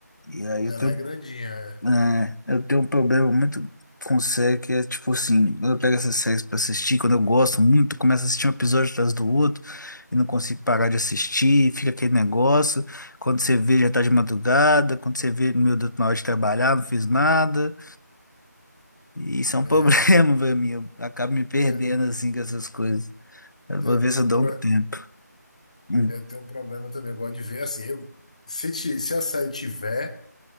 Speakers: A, on the left; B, on the left.
A: E aí
B: Ela
A: eu tenho,
B: é grandinha.
A: é, eu tenho um problema muito com série que é tipo assim, quando eu pego essas séries pra assistir, quando eu gosto muito, eu começo a assistir um episódio atrás do outro e não consigo parar de assistir, e fica aquele negócio. Quando você vê, já tá de madrugada, quando você vê, meu Deus, na hora de trabalhar, não fiz nada. E isso é um
B: É,
A: problema
B: É,
A: <laughs> pra mim. Eu acabo me perdendo
B: eu,
A: assim com essas coisas. Eu
B: eu
A: vou ver
B: tenho
A: se eu
B: um
A: dou
B: pro-
A: um tempo. Hum.
B: eu tenho um problema também. Eu gosto de ver, assim, eu, se, ti- se a série tiver.